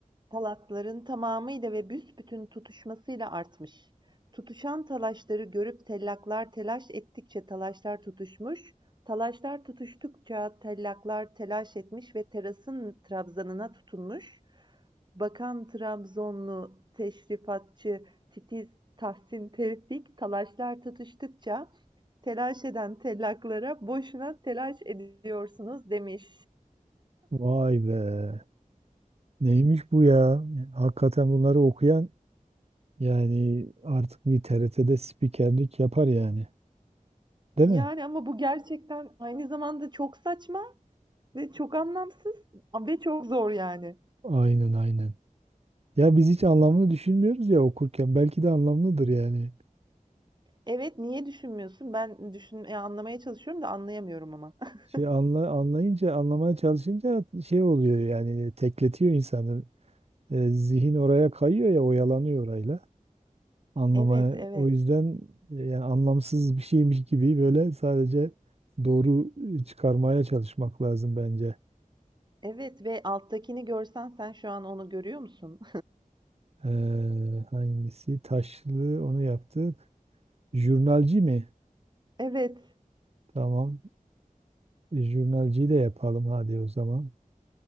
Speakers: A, on the right; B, on the right.
A: Talasların tamamıyla ve büsbütün tutuşmasıyla artmış. Tutuşan talaşları görüp tellaklar telaş ettikçe talaşlar tutuşmuş, talaşlar tutuştukça tellaklar telaş etmiş ve terasın trabzanına tutunmuş, Bakan Trabzonlu teşrifatçı titiz Tahsin Tevfik talaşlar tutuştukça telaş eden tellaklara boşuna telaş ediyorsunuz demiş.
B: Vay be. Neymiş bu ya? Hakikaten bunları okuyan yani artık bir TRT'de spikerlik yapar yani.
A: Yani
B: Değil mi?
A: ama bu gerçekten aynı zamanda çok saçma ve çok anlamsız ve çok zor yani.
B: Aynen aynen. Ya biz hiç anlamını düşünmüyoruz ya okurken. Belki de anlamlıdır yani.
A: Evet niye düşünmüyorsun? Ben düşün e, anlamaya çalışıyorum da anlayamıyorum ama. <laughs>
B: Şey anla, anlayınca, anlamaya çalışınca şey oluyor yani tekletiyor insanı. E, zihin oraya kayıyor ya oyalanıyor orayla. Anlamaya
A: Evet, evet.
B: o yüzden e, yani anlamsız bir şeymiş gibi böyle sadece doğru e, çıkarmaya çalışmak lazım bence.
A: Evet ve alttakini görsen sen şu an onu görüyor musun?
B: Ee, hangisi? Taşlı onu yaptık. Jurnalci mi?
A: <laughs> Evet.
B: Tamam. E, Jurnalciyi de yapalım hadi o zaman.